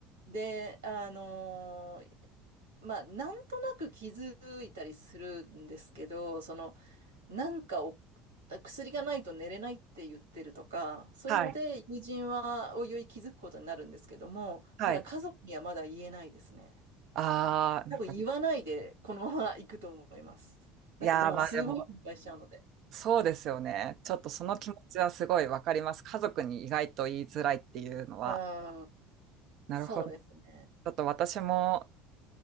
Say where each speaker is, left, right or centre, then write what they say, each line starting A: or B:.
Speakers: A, on the right (about 70°); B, on the right (about 50°).
A: で、あのーまあ、なんとなく気づいたりするんですけど、その、なんかを、薬がないと寝れないって言ってるとか、そういうので、
B: はい、
A: 友人はおいおい気づくことになるんですけども、
B: はい。
A: ただ家族にはまだ言えないですね。
B: ああ、
A: 多分言わないで、
B: なんか、い
A: このまま行くと思います。なんかもうすごい心配しちゃうので。
B: やー、まあでも、そうですよね。ちょっとその気持ちはすごいわかります。家族に意外と言いづらいっていうのは。
A: うん、
B: なるほど。
A: そうですね。
B: ちょっと私も